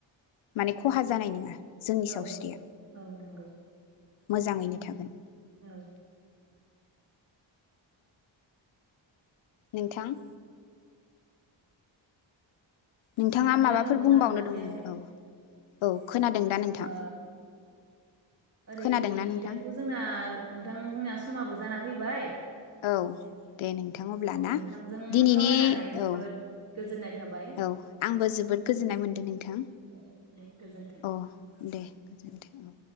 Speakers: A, on the left; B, on the right.
A: माने खहा जानाय नङा जोंनि
B: औ
A: सावस्रिया
B: औ नंगौ।
A: मोजाङैनो थागोन
B: औ
A: नोंथां नोंथाङा
B: नोंथांनि
A: माबाफोर
B: रावखौ मोजां
A: बुंबावनो
B: खोनाफैयाखै
A: दंमोन औ औ। खोनादों दा नोंथां
B: ओ ओरै
A: खोनादोंना नोंथां
B: दाथ जोंना नोंथां जोंना समाबो जाना फैबाय
A: औ दे नोंथां अबला
B: औ
A: ना
B: नोंथांजों
A: दिनैनि
B: सावरायनानै जोबोद
A: औ
B: गोजोननाय थाबाय
A: औ आंबो जोबोद गोजोननाय मोनदों नोंथां
B: औ दे गोजोन्थों
A: औ दे गोजोनथों औ